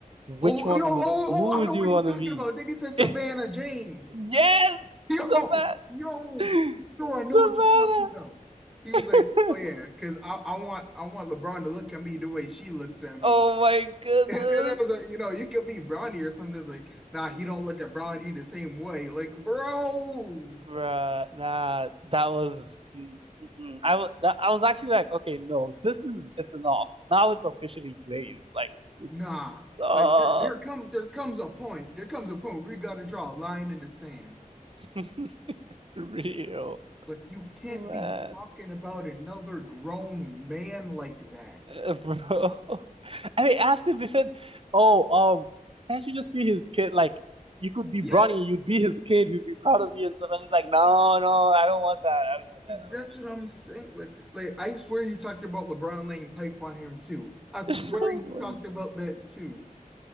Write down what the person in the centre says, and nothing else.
Oh,
yo, oh,
oh, I know
what
you're talking
about. Then he said
Savannah James.
<laughs> Yo,
yo,
yo, I
know what you're talking about. He was
like, oh yeah, because I, I want I want LeBron to look at me the way she looks at me.
<laughs>
And, I was like, you know, you could be Bronny or something that's like, nah, he don't look at Bronny the same way. Like, bro,
nah.
Like there there come there comes a point. There comes a point where we gotta draw a line in the sand.
Like you can't
be talking about another grown man like that.
Yeah.
Like,
that's
what I'm saying. Like, like I swear you talked about LeBron laying pipe on him too. I swear
you
talked about that too.